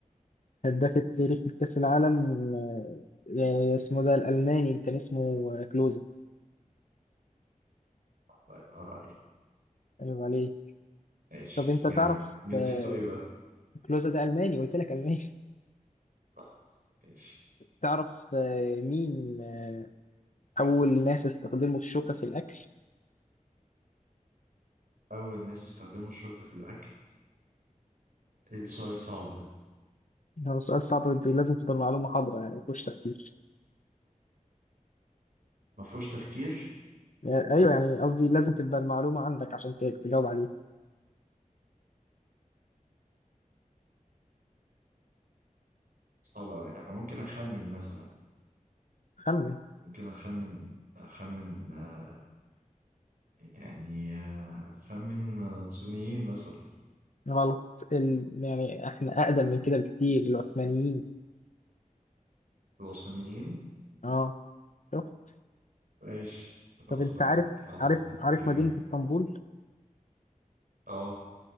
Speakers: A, on the left; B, on the right.
A: هداف التاريخ لكأس العالم آه، آه، اسمه ده الألماني كان اسمه آه، كلوزا
B: طيب أقرأ عليك
A: أيوة عليه
B: ماشي
A: طب أنت
B: جميل
A: تعرف
B: جنسيته
A: آه،
B: إيه بقى؟
A: كلوزا ده ألماني قلت لك ألماني
B: صح ماشي
A: تعرف آه، مين آه، أول ناس استخدموا الشوكة في الأكل؟
B: أول ناس استخدموا الشوكة في الأكل إيه السؤال الصعب ده
A: ده سؤال صعب دي لازم تبقى المعلومة حاضرة يعني مفيهوش تفكير
B: ما فيهوش تفكير
A: يعني أيوه يعني قصدي لازم تبقى المعلومة عندك عشان ت- تجاوب عليها
B: صعب أوي أنا ممكن أخمن مثلا
A: خمن
B: ممكن أخمن أخمن آه، يعني آه، أخمن آه، صينيين مثلا
A: غلط ال... يعني إحنا أقدم من كده بكتير العثمانيين
B: العثمانيين
A: أه شفت
B: ماشي العثمانيين
A: طب أنت عارف
B: يلا
A: عارف عارف
B: جميل
A: مدينة اسطنبول؟
B: اه